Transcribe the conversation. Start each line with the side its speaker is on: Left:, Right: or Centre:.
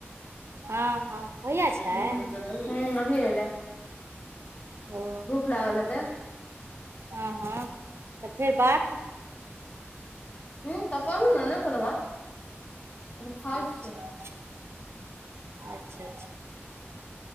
Right: हँ हँ। भैया
Left: ह्म्म
Right: छै
Left: अभी एले
Right: ओ
Left: भूख लागल हेतै।
Right: हँ हँ तऽ फेर बात
Left: हं त करियौ ने, नै कोनो बात, कनी
Right: अच्छा
Left: खाई छियै।
Right: अच्छा अच्छा।